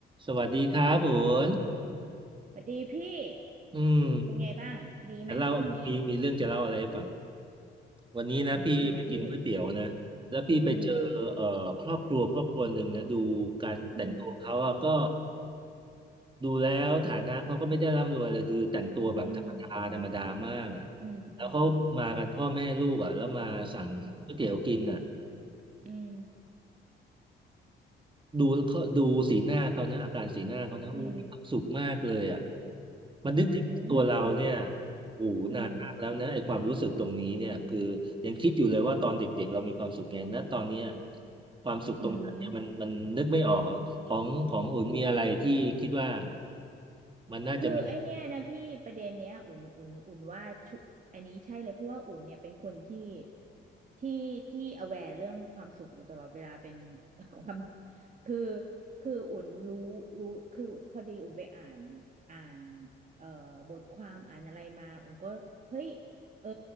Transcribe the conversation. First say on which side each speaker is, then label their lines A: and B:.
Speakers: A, on the right (about 25°); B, on the right (about 40°).
A: สวัสดีครับอุ๋น
B: สวัสดีพี่
A: อืม
B: เป็นไงบ้าง ดีไหมช่วงนี้
A: จะเล่ามีมีเรื่องจะเล่าอะไรให้ฟัง วันนี้นะพี่ไปกินก๋วยเตี๋ยวนะแล้วพี่ไปเจอเอ่อครอบครัวครอบครัวหนึ่งนะดูการแต่งตัวเขาอะก็
B: อืมทำไมพี่ อืม อืม
A: ดูแล้วฐานะเขาก็ไม่ได้ร่ำรวยเลยคือแต่งตัวแบบธรรมดาธรรมดามากอะ
B: อืม อืม
A: แล้วเขามากันพ่อแม่ลูกอะแล้วมาสั่งก๋วยเตี๋ยวกินอะ
B: อืม อืม อืม
A: ดูเขาดูสีหน้าเขานะอาการสีหน้าเขานะอู้มีความสุขมากเลยอ่ะ
B: อืม
A: มันนึกถึงตัวเราเนี่ย
B: อืม
A: โอ้โหนานมากแล้วนะไอ้ความรู้สึกตรงนี้เนี่ยคือยังคิดอยู่เลยว่าตอนเด็กๆเรามีความสุขไงนะตอนเนี้ย
B: อืม
A: ความสุขตรงนั้นเนี่ยมันมันนึกไม่ออกอะของของอุ่นมีอะไรที่คิดว่า
B: อืมอืม
A: มันน่าจะมี
B: คือไอเนี้ยนะพี่ประเด็นเนี้ยอุ่นอุ่นอุ่นว่าชุอันนี้ใช่เลยเพราะว่าอุ่นเนี่ยเป็นคนที่ที่ที่ aware เรื่องความสุขอยู่ตลอดเวลาเป็น <laughs> ความคือคืออุ่นรู้รู้คือพอดีอุ่นไปอ่านอ่านเอ่อบทความอ่านอะไรมาอุ่นก็เฮ้ยเออ